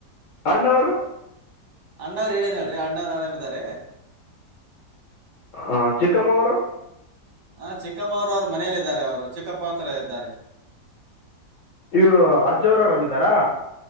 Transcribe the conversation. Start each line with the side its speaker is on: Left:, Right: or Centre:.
Left: ಅಣ್ಣವರು
Right: ಅಣ್ಣವ್ರು ಹೇಳಿದನಲ್ ರೀ ಅಣ್ಣವ್ ಆರಾಮಿದ್ದಾರೆ
Left: ಹಾ ಚಿಕ್ಕಮ್ಮೂರು
Right: ಹ ಚಿಕ್ಕಮ್ಮವರು ಅವ್ರ ಮನೇಲ್ಲ ಇದಿದ್ದಾರೆ ಅವರು ಚಿಕ್ಕಪ್ಪಹತ್ರ ಇದ್ದಾರೆ
Left: ಇವ್ರು ಅಜ್ಜ ಆರಾಮ ಇದ್ದಾರಾ